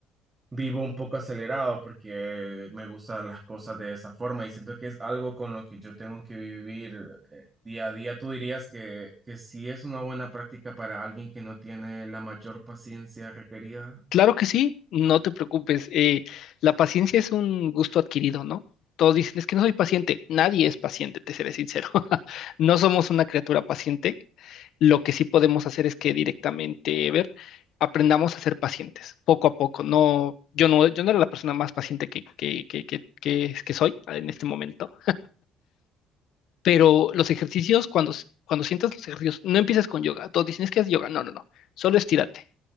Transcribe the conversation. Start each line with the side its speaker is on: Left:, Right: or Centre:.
Right: vivo un poco acelerado porque me gustan las cosas de esa forma y siento que es algo con lo que yo tengo que vivir eh, día a día. ¿Tú dirías que, que sí es una buena práctica para alguien que no tiene la mayor paciencia requerida?
Left: Claro que sí, no te preocupes. eh, la paciencia es un gusto adquirido, ¿no? Todos dicen, es que no soy paciente. Nadie es paciente, te seré sincero. <laughs> No somos una criatura paciente. Lo que sí podemos hacer es que directamente, ver, aprendamos a ser pacientes, poco a poco. No, yo no, yo no era la persona más paciente que, que, que, que, que, que soy en este momento, pero los ejercicios, cuando, cuando sientas los ejercicios, no empiezas con yoga. Todos dicen, es que es yoga. No, no, no. Solo estírate